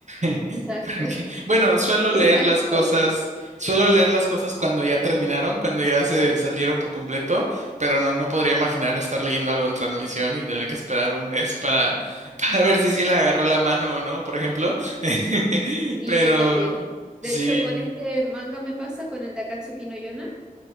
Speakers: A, on the right (about 55°); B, in the centre.
A: <laughs>
B: Exacto,
A: Porque,
B: <laughs>
A: bueno, suelo leer las cosas,
B: exacto.
A: suelo leer las cosas cuando ya terminaron, cuando ya se salieron por completo, pero no, no podría imaginar estar leyendo algo en transmisión y tener que esperar un mes para, <laughs> para ver si sí le agarró la mano o no, por ejemplo. <laughs>
B: Sí,
A: Pero
B: yo también. De
A: sí,
B: hecho, con este manga me pasa, con el de Akatsuki no Yona.